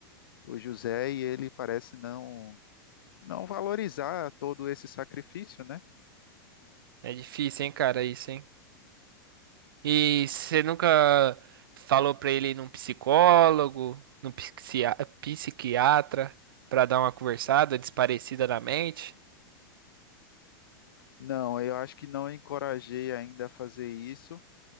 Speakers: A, on the left (about 75°); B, on the right (about 70°).
A: o José e ele parece não não valorizar todo esse sacrifício, né?
B: É difícil, hein, cara, isso, hein? E você nunca falou pra ele ir num psicólogo, num psiquia- psiquiatra, pra dar uma conversada desparecida na mente?
A: Não, eu acho que não encorajei ainda a fazer isso,